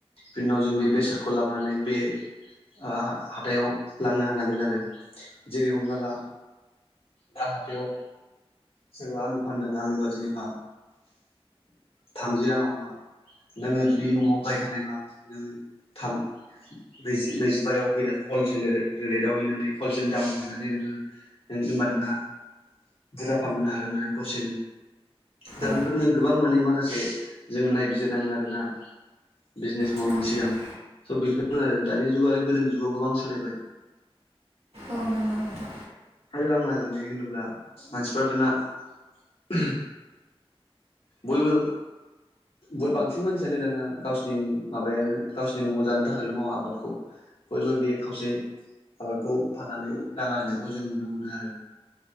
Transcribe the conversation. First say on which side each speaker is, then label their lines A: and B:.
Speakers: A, on the left; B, on the right.
A: बिनि उनाव जों बे बेसाद खौ लाबोनानै बे ओ हाथायाव लांनो हानांगोन आरो जेरै हमना ला दा हाथाइआव सोरबा आलु फानदों आलुआ जेनेबा थामजि रां आवबा नोंङो जुदि न'आव गायखानायबा नोंङो थाम नैजि नैजिबायाव हैना हलसेल रेटआव हैनानै हलसेल दामाव हैनानै नोंङो होन होनबा नोंना बुरजा फारमोनहागोन ना दसे नो दा
B: औ
A: बेफोरनो गोबां माने माखासे जोंङो नायबिजिरनांगोन आरोना बिजनेस
B: नंगौ
A: मावैनि सिगां स' बेफोरनो आरो दानि जुग आरो गोदोनि जुगाव गोबां सोलायबाय
B: औ नंगौ नोंथां
A: आरो आंहा जुदि होनोब्ला मानसिफ्रा दाना <unintelligible> बयबो बहुद बांसिन मानसियानो नोड़ो गावसिनि माबायानो गावसिनि न'आव जानो थाखायल' मावा आबादखौ बयबो बे खावसे आबादखौ फाननानै नाङा होननायखौ जों नुनो मोनो आरो